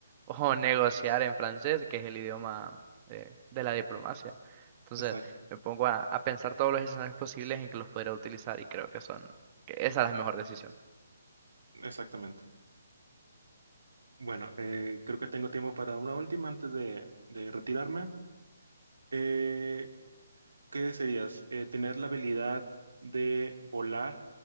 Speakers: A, on the right; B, on the right.
A: O negociar en francés, que es el idioma eh, de la diplomacia. Entonces,
B: Exact-
A: me pongo a, a pensar todos los escenarios posibles en que los podría utilizar y creo que son, que esa es la mejor decisión.
B: exactamente. Bueno, eh, creo que tengo tiempo para una última antes de, de retirarme. Eh, ¿qué desearías? Eh, tener la habilidad de volar,